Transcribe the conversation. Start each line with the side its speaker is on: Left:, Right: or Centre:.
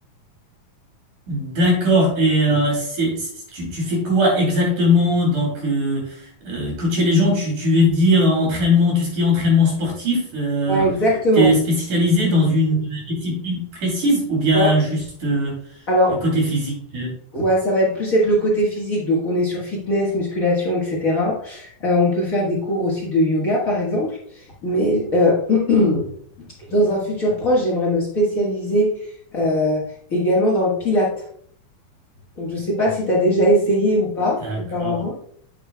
Right: D'accord. Et euh, c'est, c'est- tu, tu fais quoi exactement? Donc, euh, euh, coacher les gens, tu, tu veux dire entraînement, tout ce qui est entraînement sportif, euh,
Left: Ouais, Voilà. exactement.
Right: t'es spécialisé dans une discipline précise ou bien
Left: Ouais.
Right: juste euh,
Left: Alors,
Right: côté physique? euh?
Left: Ouais, ça va être plus être le côté physique. Donc, on est sur fitness, musculation, etc. Euh, on peut faire des cours aussi de yoga, par exemple. Mais euh, <clears throat> dans un futur proche, j'aimerais me spécialiser euh, également dans le pilate. Donc, je ne sais pas si tu as déjà essayé ou pas
Right: D'accord.
Left: auparavant.